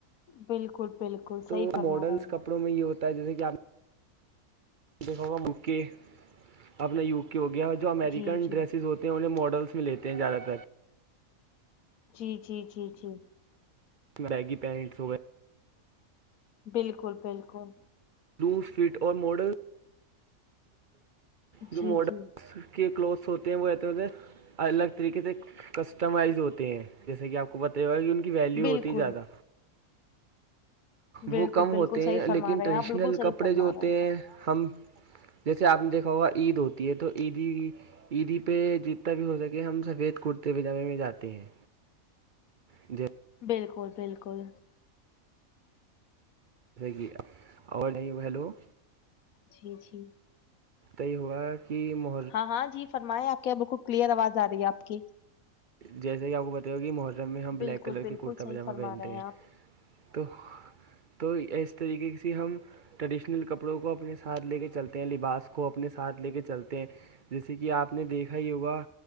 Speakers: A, on the left; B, on the right.
A: بالکل بالکل
B: تو
A: صحیح فرما
B: ماڈلس
A: رہے ہیں
B: کپڑوں میں یہ ہوتا ہے جیسے کہ آپ دیکھوگا یو کے اپنا یو کے ہو گیا اور جو امریکن
A: آپ جی جی
B: ڈریسز ہوتے تو انہ ماڈلس میں لیتے ہیں زیادہ تر
A: جی جی جی جی
B: میگی پینٹس وغیرہ
A: بالکل بالکل
B: دو فٹ اور ماڈل جو
A: جی
B: ماڈلس
A: جی
B: کے کلوتھس ہوتے ہیں وہ رہتے ہوتے ہیں الگ طریقے سے کسٹمائز ہوتے ہیں جیسے کہ آپ کو ب تیا کی ان کی ویلیو
A: بالکل
B: ہوتی ہے زیادہ
A: بالکل
B: وہ کم
A: بالکل
B: ہوتے
A: صحیح
B: ہیں
A: فرما
B: لیکن
A: رہے
B: ٹریڈیشنل
A: ہیں آپ بالکل صحیح
B: کپڑے
A: فرما
B: جو ہوتے
A: رہے آپ
B: ہیں ہم جیسے آپ نے دیکھا ہوگا عید ہوتی ہے تو عیدی عیدی پہ جتنا بھی ہو سکے ہم سفید کرتے پجامے میں جاتے ہیں جیسے
A: بالکل بالکل
B: گی اور نہیں بلو
A: جی جی
B: تآئی یہ ہوا کہ مہ
A: ہاں ہاں جی فرمایں آپ کے یہ بالکل کلیئر آواز آ رہی ہے آپ کی
B: جیسے کہ آپ کو بت ہوا کہ محرم میں ہم بلیک
A: بالکل
B: کلر
A: بالکل
B: کے کرتا
A: صحیح
B: پاجامہ
A: فرما
B: پہنتے
A: رہے
B: ہیں
A: آپ
B: تو تو اس طریقے سے ہم ٹریڈیشنل کپڑوں کو اپنے ساتھ لے کے چلتے ہیں لباس کو اپنے ساتھ لے کے چلتے ہیں جیسے کہ آپ نے دیکھا ہی ہوگا